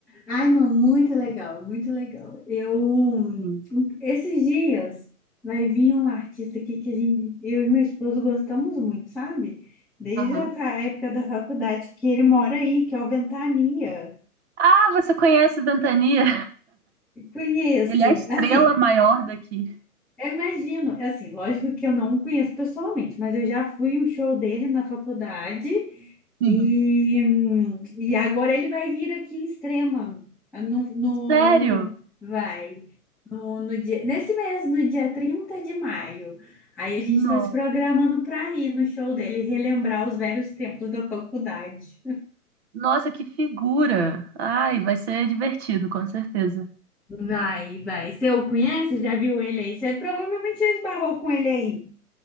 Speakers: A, in the centre; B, on the right (about 45°).
A: Ai, não, muito legal, muito legal. Eu,
B: Sim.
A: esses dias, vai vir um artista aqui que a gente, eu e meu esposo gostamos muito, sabe? Desde
B: Aham.
A: a fa- época da faculdade, que ele mora aí, que é o Ventania.
B: Ah, você conhece o Ventania?
A: Conheço,
B: Ele é a estrela
A: assim,
B: maior daqui.
A: Eu imagino, é assim, lógico que eu não o conheço pessoalmente, mas eu já fui um show dele na faculdade
B: Sim.
A: e, hum, e agora ele vai vir aqui em Extrema, no, no,
B: Sério?
A: no- vai, no, no dia, nesse mês, no dia 30 de maio. Aí a gente
B: Não.
A: está se programando para ir no show dele, relembrar os velhos tempos da faculdade.
B: Nossa, que figura! Ai, vai ser divertido, com certeza.
A: Vai, vai. Você o conhece? Já viu ele aí? Você provavelmente já esbarrou com ele